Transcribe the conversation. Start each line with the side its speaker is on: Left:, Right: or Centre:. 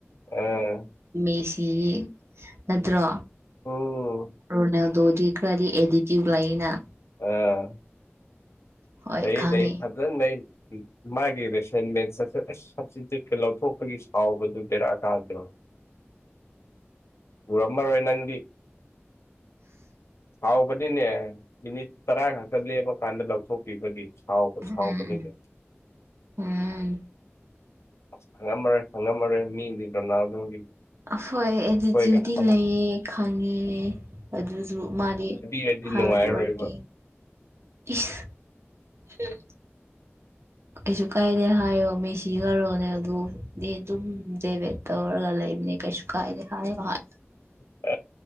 Left: ꯎꯝ
Right: ꯃꯦꯁꯤꯒꯤ ꯅꯠꯇ꯭ꯔ
Left: ꯎꯝ
Right: ꯔꯣꯅꯥꯜꯗꯣꯗꯤ ꯏꯔꯗꯤ ꯑꯦꯗꯤꯇꯌꯨꯕ ꯂꯩꯌꯦꯅ
Left: ꯑꯥ
Right: ꯍꯣꯏ
Left: ꯂꯩ
Right: ꯈꯪꯉꯤ
Left: ꯂꯩ ꯐꯖꯟꯅ ꯂꯩ ꯃꯥꯒꯤ ꯔꯦꯁꯟꯃꯦꯟ ꯁꯠ ꯁꯠ ꯁꯞꯇ꯭ꯌꯨꯠꯀ ꯂꯧꯊꯣꯛꯄꯒꯤ ꯁꯥꯎꯕꯗꯨ ꯕꯩꯔꯥ ꯀꯥꯗ꯭ꯔꯣ ꯎꯔꯝꯃꯔꯣꯏ ꯅꯪꯗꯤ ꯁꯥꯎꯕꯅꯤꯅꯦ ꯃꯤꯅꯤꯠ ꯇꯔꯥ ꯉꯥꯛꯇ ꯂꯦꯝꯃꯀꯥꯟꯗ ꯂꯧꯊꯣꯛꯄꯤꯕꯒꯤ ꯁꯥꯎꯕꯨ
Right: ꯎꯝ
Left: ꯁꯥꯎꯕꯥ ꯅꯤꯅꯦ
Right: ꯎꯝ
Left: ꯈꯝꯉꯝꯃꯔꯣꯏ ꯈꯝꯉꯝꯃꯔꯣꯏ ꯃꯤꯒꯤ ꯔꯣꯅꯥꯜꯗꯣꯒꯤ
Right: ꯍꯣꯏ ꯑꯩꯗꯤ
Left: ꯑꯩꯈꯣꯏꯒ
Right: ꯖꯨꯗꯤ
Left: ꯑꯃꯨꯛ
Right: ꯂꯩꯌꯦ ꯈꯪꯉꯦ ꯑꯗꯨꯁꯨ ꯃꯥꯗꯤ
Left: ꯑꯩꯗꯤ ꯅꯨꯡꯉꯥꯏꯔꯔꯣꯏꯕ
Right: ꯍꯥꯔꯠ ꯋꯥꯔꯀꯤꯡ ꯏꯁ ꯍꯨꯝ ꯀꯩꯁꯨ ꯀꯥꯏꯗꯦ ꯍꯥꯏꯌꯣ ꯃꯦꯁꯤꯒ ꯔꯣꯅꯥꯜꯗꯣꯒ‌ ꯑꯗꯨꯗꯤ ꯑꯗꯨꯝ ꯗꯦꯚꯦꯠ ꯇꯧꯔꯒ ꯂꯩꯕꯅꯦ ꯀꯩꯁꯨ ꯀꯥꯏꯗꯦ ꯍꯥꯏꯌꯣ ꯍꯥꯏꯌꯣ
Left: ꯑꯥ